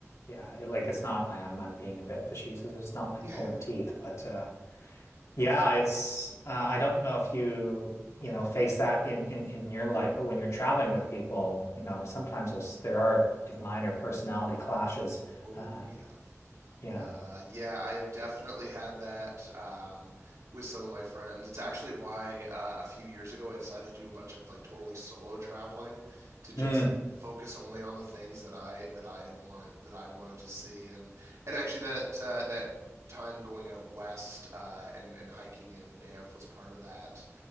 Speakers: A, on the left; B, on the right.
A: yeah, it, like it's not like I'm I'm being a bit facetious. It's not like
B: <laughs>
A: pulling teeth, but uh, yeah, it's uh, I don't know if you you know face that in in in your life, but when you're traveling with people, you know, sometimes those there are like minor personality clashes.
B: oh
A: Uh,
B: yeah,
A: yeah.
B: Uh, yeah, I have definitely had that um, with some of my friends. It's actually why uh, a few years ago I decided to do a bunch of like totally solo traveling to just
A: Mm.
B: focus only on the things that I that I had wanted that I wanted to see and and actually that uh, that time going out west uh, and and hiking in Banff was part of that.